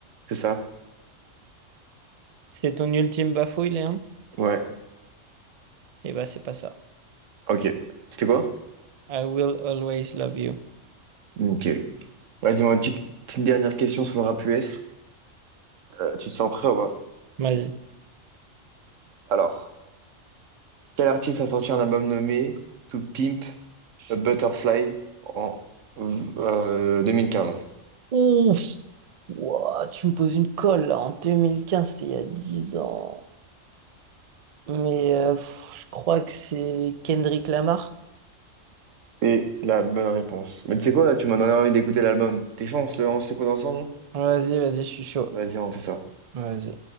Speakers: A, on the right; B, on the right.
A: C'est ça.
B: C'est ton ultime bafouille, Léon?
A: Ouais,
B: Eh ben, c'est pas ça.
A: ok. C'était quoi?
B: I will always love you.
A: Ok. Vas-y, moi, une petite, petite dernière question sur le rap US. Euh, tu te sens prêt ou pas?
B: Vas-y.
A: Alors, quel artiste a sorti un album nommé To Pimp a Butterfly en euh, 2015?
B: Ouf, ouah, tu me poses une colle là, en 2015, c'était il y a 10 ans. Mais euh, pff, je crois que c'est Kendrick Lamar.
A: C'est la bonne réponse. Mais tu sais quoi, tu m'as donné envie d'écouter l'album. T'es chaud, on se, on se l'écoute ensemble?
B: Vas-y, vas-y, je suis chaud.
A: Vas-y, on fait ça.
B: Vas-y.